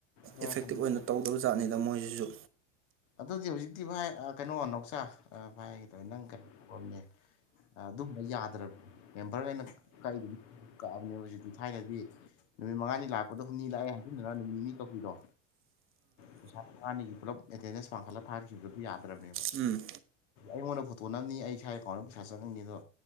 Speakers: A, on the left; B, on the right.
A: ꯍꯣꯏ
B: ꯏꯐꯦꯛꯇꯤꯞ
A: ꯑꯗꯨꯗꯤ
B: ꯑꯣꯏꯅ ꯇꯧꯗꯕ ꯖꯥꯠꯅꯤꯗ ꯃꯣꯏꯁꯤꯁꯨ
A: ꯑꯗꯨꯗꯤ ꯍꯧꯖꯤꯛꯇꯤ ꯚꯥꯏ ꯀꯩꯅꯣ ꯅꯣꯛꯆꯥꯥ ꯑ ꯚꯥꯏ ꯀꯩꯗꯧꯋꯤ ꯅꯪ ꯀꯩꯅ ꯇꯧꯝꯅꯦ ꯑꯗꯨꯝꯕ ꯌꯥꯗ꯭ꯔꯕ ꯃꯦꯝꯕꯔꯩꯅ ꯀꯥꯏꯗꯨ ꯀꯥꯕꯅꯦ ꯍꯧꯖꯤ ꯍꯧꯖꯤꯛꯇꯤ ꯊꯥꯏꯅꯗꯤ ꯅꯨꯃꯤꯠ ꯃꯉꯥꯅꯤ ꯂꯥꯛꯄꯗꯣ ꯍꯨꯝꯅꯤ ꯂꯥꯛꯑꯦ ꯍꯟꯆꯤꯟꯗꯨꯒ ꯅꯨꯃꯤꯠ ꯅꯤꯅꯤ ꯀꯛꯄꯤꯔꯣ ꯄꯩꯁꯥ ꯃꯉꯥꯅꯤꯒꯤ ꯄꯨꯂꯞ ꯑꯦꯇꯦꯟꯗꯦꯟꯁ ꯄꯡꯈꯠꯂꯒ ꯊꯥꯈꯤꯕꯗꯨꯣ ꯌꯥꯗ꯭ꯔꯕꯅꯤ
B: ꯎꯝ
A: ꯑꯩꯉꯣꯟꯗ ꯐꯣꯇꯣꯅꯕꯅꯤ ꯑꯩ ꯏꯁꯥ ꯑꯦꯀꯥꯎꯟꯗ ꯄꯩꯁꯥ ꯆꯪꯍꯟꯅꯤ ꯑꯗꯣ